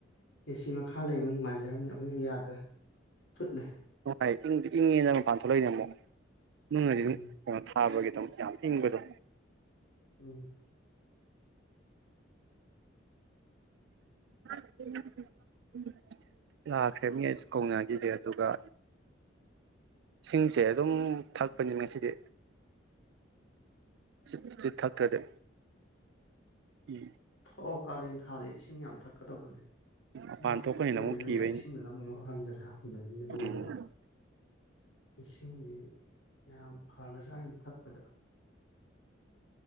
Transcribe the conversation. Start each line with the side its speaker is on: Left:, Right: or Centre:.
Left: ꯑꯦ ꯁꯤ ꯃꯈꯥ ꯂꯩꯕꯅꯤꯅ ꯅꯨꯡꯉꯥꯏꯖꯔꯝꯅꯤ ꯑꯩꯈꯣꯏꯗꯤ ꯌꯥꯗ꯭ꯔꯦ ꯐꯨꯠꯂꯦ
Right: ꯅꯨꯡꯉꯥꯏ ꯏꯪꯗꯤ ꯏꯪꯉꯦꯅ ꯃꯄꯥꯟ ꯊꯣꯛꯂꯛꯏꯅꯦ ꯑꯃꯨꯛ ꯃꯅꯨꯡꯗꯗꯤ
Left: ꯎꯝ
Right: ꯑꯗꯨꯝ ꯀꯩꯅꯣ ꯊꯥꯕꯒꯤ ꯑꯗꯨꯝ ꯌꯥꯝ ꯏꯪꯕꯗꯣ
Left: ꯎꯝ
Right: <inaudible> ꯂꯥꯛꯈ꯭ꯔꯦ ꯃꯤ ꯑꯩꯁ ꯀꯧꯅꯒꯤꯒꯦ ꯑꯗꯨꯒ ꯏꯁꯤꯡꯁꯦ ꯑꯗꯨꯝ ꯊꯛꯄꯅꯤ ꯉꯁꯤꯗꯤ ꯆꯤꯠ ꯆꯤꯠ ꯆꯤꯠ ꯊꯛꯇ꯭ꯔꯗꯤ ꯎꯝ
Left: ꯊꯛꯑꯣ ꯀꯥꯂꯦꯟ ꯊꯥꯗ ꯏꯁꯤꯡ ꯌꯥꯝ ꯊꯛꯀꯗꯧꯕꯅꯦ
Right: ꯃꯄꯥꯟ
Left: ꯍꯨꯃꯥꯡ
Right: ꯊꯣꯛꯄꯅꯤꯅ
Left: ꯊꯣꯛꯈꯤꯕꯅꯤꯅꯅꯦ
Right: ꯑꯃꯨꯛ ꯀꯤꯕꯩꯅꯤ
Left: ꯏꯁꯤꯡꯗꯨꯅ ꯑꯃꯨꯛ ꯍꯟꯖꯟ ꯍꯟꯖꯟꯍꯟꯒꯗꯧꯕꯅꯦꯕ
Right: ꯎꯝ
Left: ꯏꯁꯤꯡꯖꯤ ꯌꯥꯝ ꯐꯒ꯭ꯔꯖꯥꯠꯅꯤꯗ ꯊꯥꯛꯄꯗ